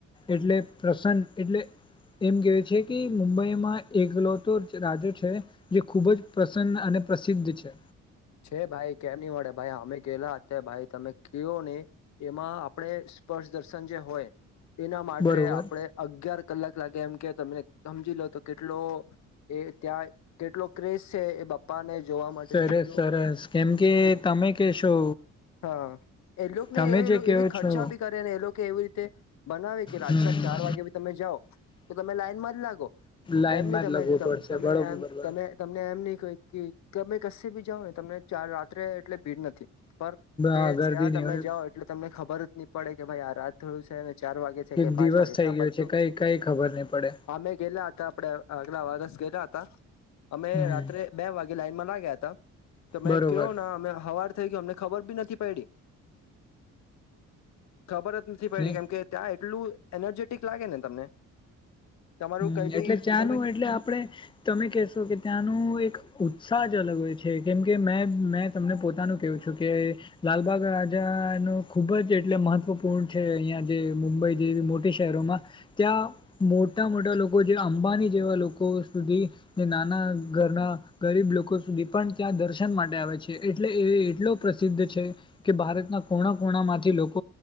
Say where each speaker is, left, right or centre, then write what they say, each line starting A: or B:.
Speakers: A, on the left; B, on the left.
A: એટલે પ્રસન એટલે એમ કેવા છે કે મુંબઈમાં એકલો તો રાજો છે જે ખૂબ જ પ્રસન્ન અને પ્રસિદ્ધ છે.
B: છે ભાઈ કેમ નહી મળે ભાઈ અમે ગેલા અત્યારે ભાઈ તમે કો નને એમાં આપણેે સ્પર્શ દર્શન જે હોય એના માટે
A: બરોબર
B: આપણે અગયાર કલાક લા એમ કે તને સમજી લો તો કેટલો એ ત્યાં કેટલો ક્રેઝ છે એ બાપ્પા ને જોવા માટે
A: સરસ
B: કેટલોક
A: સરસ કેમ કે તમે કહેશો
B: હા એ લોકોને
A: તમે
B: એ
A: જે કહો
B: એવી ખર્ચા
A: છો
B: બી કરે ને એ લોકો એવી રીતે બનાવે કે રાતના
A: હમ
B: ચાર વાગે બી તમે તો તમે લાઈન માં જ લાગો
A: લાઈનમાં
B: એમ ન તમે
A: જ લગવું
B: તમે
A: પડશે બરોબર
B: એમ
A: બરોબર
B: તમે તમને એમ નહી કોઈ ક્ય બી જાાવ ને તમને ચાર રાત્રે એટલે ભીડ નથી. પણ તે
A: હા ગરદી
B: ત્યાં
A: નહી
B: તમે
A: હોય
B: જાઓ એટલે તમને ખબર જ નહી પડે કે ભાઈ આ રાત થોડું છે અને ચાર વાગે છે. કે
A: એક દિવસ
B: પાંચ વાગે
A: થઈ
B: ત્યાં
A: ગયો
B: બધું
A: છે કઈ કઈ ખબર નહી પડે
B: અમે ગેલા હતા આપડે આગલા વરષ ગેલા હતા. અમે
A: હમ
B: રાત્રે બે વાગે લાઈનમાં ના ગયા હતા તમે
A: બરોબર
B: કયો ના અમે હવા થઈ ગય અમને ખબર ભી નથી પડી. ખબર જ નથી પડી
A: ને
B: કેમ કે ત્યાં એટલું એનર્જેટિક લાગે ને તમને તમારું
A: હમ
B: કઈ બી
A: એટલે ત્યાંનું
B: તમને
A: એટલે આપણે તમે કહેશો કે ત્યાંનું એક ઉત્સાહ અલગ હોય છે કેમ કે મે મેં તમને પોતાનું કવું છું કે લાલબાગ રાજા ન ખૂબ જ એટલે મહત્ત્વપૂર્ણ છે અહીંયા જે મુંબઈ જેવી મોટી શહેરોમાં ત્યાં મો મોટા મોટા લોકો જે અંબાની જેવા લોકો સુધી નાના ઘરના ગરીબ લોકો લોકો સુધી પણ ત્યાં દર્શન માટે આવે છે એટલે એ એટલો પ્રસિદ્ધ છે કે ભારતના કોણા કોણામાંથી લોકો